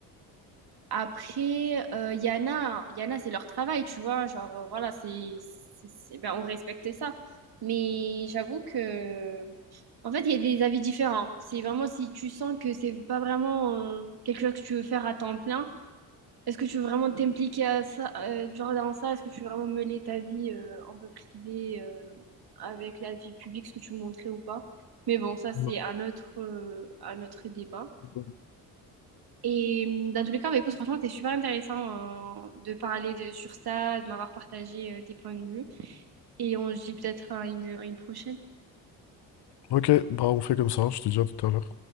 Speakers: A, on the right (about 55°); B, on the left (about 60°).
A: Après, euh, il y en a, il y en a, c'est leur travail, tu vois. Genre, euh, voilà, c'est, c'est, c'est- ben, on respectait ça. Mais j'avoue que, en fait, il y a des avis différents. C'est vraiment si tu sens que c'est pas vraiment euh, quelque chose que tu veux faire à temps plein. Est-ce que tu veux vraiment t'impliquer à ça, euh, genre dans ça? Est-ce que tu veux vraiment mêler ta vie euh, un peu privée euh, avec la vie publique, ce que tu montrais ou pas? Mais bon, ça, c'est
B: Non,
A: un autre, euh, un autre débat.
B: c'est bon.
A: Et hum, dans tous les cas, bah, écoute, franchement, c'était super intéressant euh, de parler de, sur ça, de m'avoir partagé euh, tes points de vue. Et on se dit peut-être à une, à une prochaine.
B: Ok, bah on fait comme ça, je te dis à tout à l'heure.